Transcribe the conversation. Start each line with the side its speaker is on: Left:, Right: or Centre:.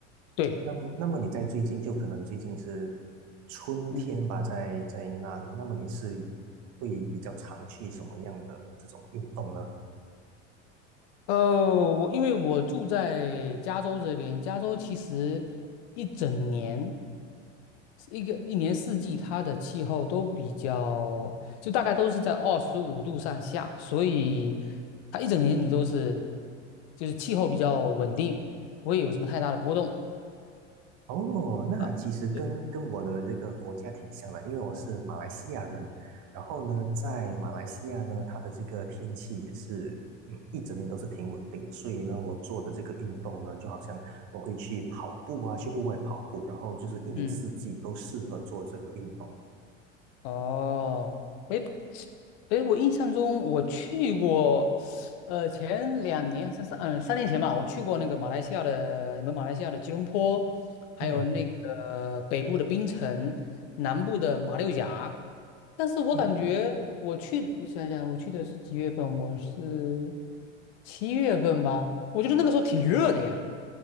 Left: 对。
Right: 那么那么你在最近就可能最近是春天吧，
Left: 嗯。
Right: 在在那里，那么你是会比较常去什么样的这种运动呢？
Left: 呃，我因为我住在加州这边，加州其实一整年，一个一年四季，它的气候都比较，就大概都是在二十五度上下，所以它一整年你都是，就是气候比较稳定，不会有什么太大的波动。
Right: 哦，那其实跟跟我的这个国家挺像的，
Left: 啊。对，
Right: 因为我是马来西亚人。然后呢，在马来西亚呢，它的这个天气也是，嗯，一整年都是挺稳定的。所以呢，我做的这个运动呢，就好像我会去跑步啊，去户外跑步，然后就是一年四季都适合做这个运动。
Left: 嗯。哦，诶，哎，我印象中我去过，呃，前两年，三三，嗯，三年前吧，我去过那个马来西亚的，你们马来西亚的吉隆坡，还有那个北部的槟城，
Right: 嗯
Left: 南部的马六甲。但是我感觉我去，
Right: 嗯，
Left: 我想想，我去的是几月份？我是七月份吧，我觉得那个时候挺热的呀。